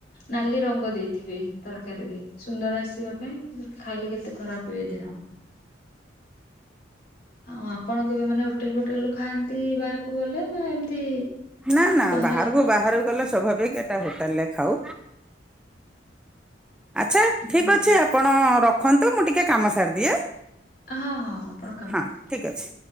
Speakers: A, on the left (about 50°); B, in the centre.
A: ନାଲି ରଙ୍ଗ ଦେଇଥିବେ ତରକାରୀରେ ସୁନ୍ଦର ଆସିବା ପାଇଁ। ଖାଇଲେ କେତେ ଖରାପ ହୁଏ ଦେହ। ଆଉ ଆପଣ କେବେ ମାନେ ହୋଟେଲ ଫୋଟେଲ ରୁ ଖାଆନ୍ତି ବାହାରକୁ ଗଲେ ନା ଏମିତି
B: ନା ନା
A: ଘରେ
B: ବାହାରକୁ ବାହାରକୁ ଗଲେ ସ୍ୱାଭାବିକ ହେଟା ହୋଟେଲରେ ଖାଉ ଆଚ୍ଛା ଠିକ
A: ହୁଁ।
B: ଅଛି ଆପଣ ର ଖନ୍ତୁ ମୁଁ ଟିକେ କାମ ସାରିଦିଏ।
A: ହଁ ହଁ ଆପଣ କାମ
B: ହଁ
A: କରନ୍ତୁ।
B: ଠିକ ଅଛି।